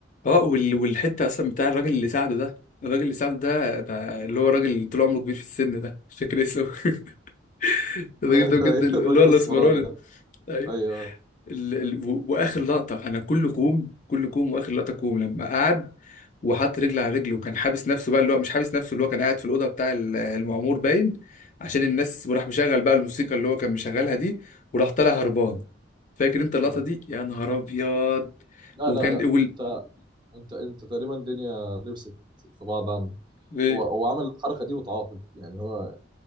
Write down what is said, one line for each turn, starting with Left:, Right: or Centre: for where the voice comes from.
Left: اه وال... والحته اصلا بتاع الراجل اللي ساعده ده الراجل اللي ساعده ده, ده اللي هو الراجل اللي طول عمره كبير في السن ده مش فاكر اسمه <laughs>
Right: <laughs>
Left: الراجل
Right: ايوه
Left: ده بجد
Right: ايوه
Left: اللي
Right: الراجل
Left: هو
Right: الاسمراني
Left: الاسمراني
Right: ده
Left: أيوه.
Right: ايوه
Left: ال... ال... و- واخر لقطه انا كل كوم كل كوم واخر لقطه كوم لما قعد وحط رجل على رجل وكان حابس نفسه بقى اللي هو مش حابس نفسه اللي هو كان قاعد في الاوضه بتاع ال- المعمور باين عشان الناس وراح مشغل بقى الموسيقى اللي هو كان مشغلها دي وراح طالع هربان فاكر انت اللقطه
Right: مم.
Left: دي يا نهار ابيض
Right: لا
Left: وكان
Right: لا لا
Left: وال...
Right: انت انت انت تقريبا الدنيا لبست في بعض عندك
Left: إيه؟
Right: هو هو عمل الحركه دي وتعاقب يعني هو